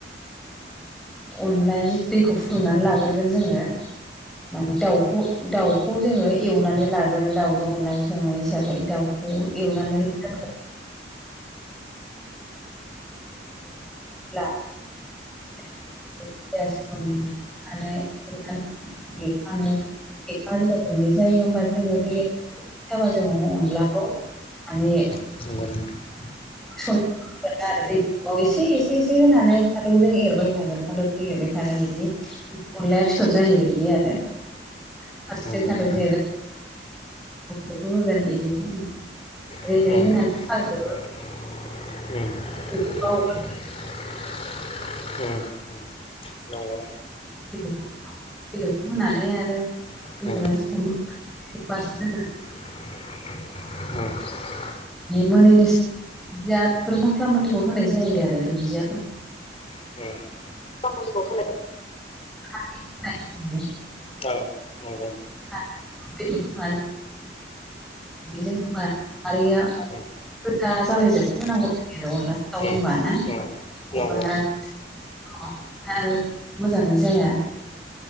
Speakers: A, in the centre; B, on the left.
A: अनलाया दैखौ फुदुंनानै लाग्रोगोन जोङो माने दाउखौ दाउखौ जोङो एवनानै लाग्रोन दाउजों अनलाजों संनाय हिसाबै दाउखौ एवनानै लाग <unintelligible> <unintelligible> बेखाङो <unintelligible> गुन्दै जायो होमबा जोङो दै जोंङो अनलाखौ माने
B: नंगौ नोंथां।
A: <unintelligible> इसे एसे एसे होनानै खादौजों एरबाय थागोन खादौजों एरबाय थागोन बिदि अनलाया फिथर जायबायायदि आरो फारसेथिं
B: औ नंगौ
A: खानद'
B: नोंथां
A: बेखौ होगोन बिदि होनानै
B: उम
A: <unintelligible>
B: <unintelligible>
A: <unintelligible>
B: <unintelligible> न'आव
A: बे बेदरखौ होनानै आरो
B: नोंथां
A: बेदरा
B: उम
A: <unintelligible>
B: <unintelligible>
A: बे मोनैनि <unintelligible> मस्ला मुलिखौ होनाय जायो आरो दुन्दियाफोरखौ
B: <unintelligible> <unintelligible>
A: <unintelligible>
B: औ नंगौ
A: <unintelligible> बेदर जोंहा खारिया।
B: उम
A: गोजा जालाय जासे होनांगौ आरो अनला दाउ
B: उम
A: होनबा ना माबा
B: नंगौ
A: <unintelligible> मोजाङै जाया